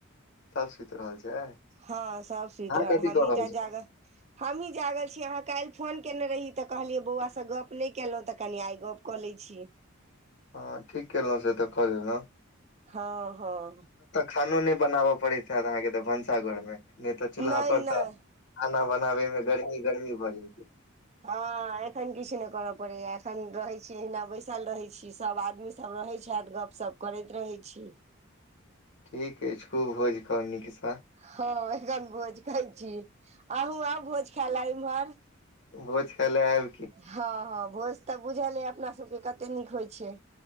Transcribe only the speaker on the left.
सब सुति रहल छै। अहाँ
कथी
कऽ
छी
हां, ठीक केलहुं से त क लेलहुं।
खानो नहि बनाब' पड़ैत हयत अहां के त भनसाघर मे। नहि त चुलहा
पर
त खाना बनाबै मे गर्मी गर्मी भ' गेलै कि?
ठीक अछि, खुब भोज खाउ नीक से।
भोज खाइले आबि